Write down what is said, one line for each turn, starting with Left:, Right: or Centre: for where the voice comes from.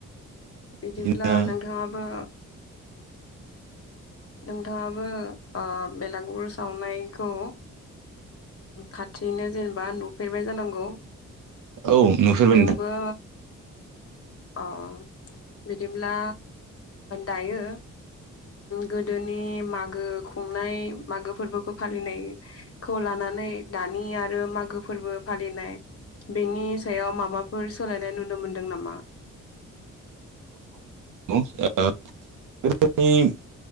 Left: बिदिब्ला
Right: बिदिनो
Left: नोंथाङाबो नोंथाङाबो बेलागुर सावनायखौ खाथियैनो जेनेबा नुफेरबाय जानांगौ
Right: औ नुफेरबाय
Left: नोंबो अ बिदिब्ला दायो गोदोनि मागो खुंनाय मागो फोरबोखौ फालिनाय खौ लानानै दानि आरो मागो फोरबो फालिनाय बेनि सायाव माबाफोर सोलायनाय नुनो मोनदों नामा
Right: <unintelligible> औ गोदोनि